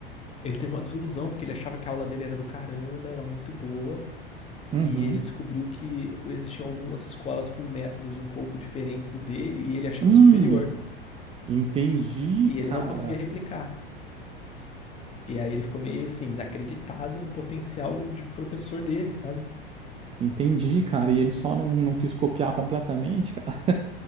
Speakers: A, on the left (about 20°); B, on the right (about 20°).
A: ele teve uma desilusão porque ele achava que a aula dele era do caramba, ela é muito boa, e
B: uhum.
A: ele descobriu que existiam algumas escolas com métodos um pouco diferentes do dele e ele achava
B: Hum,
A: superior,
B: entendi,
A: e ele
B: cara.
A: não conseguia replicar. E aí ele ficou meio assim desacreditado no potencial de professor dele, sabe?
B: Entendi, cara. E ele só não, não quis copiar completamente, cara. <laughs>